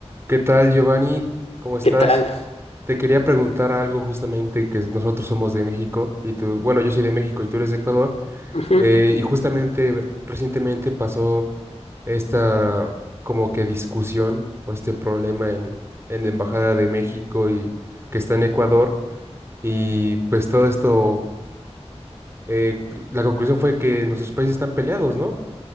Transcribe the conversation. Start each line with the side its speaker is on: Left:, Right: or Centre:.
Right: ¿Qué tal, Giovanni? ¿Cómo estás?
Left: ¿Qué tal?
Right: Te quería preguntar algo justamente que nosotros somos de México y tú, bueno, yo soy de México y tú eres de Ecuador,
Left: Ujú.
Right: eh, y justamente recientemente pasó esta como que discusión o este problema en, en la Embajada de México y que está en Ecuador y pues todo esto, eh, la conclusión fue que nuestros países están peleados, ¿no?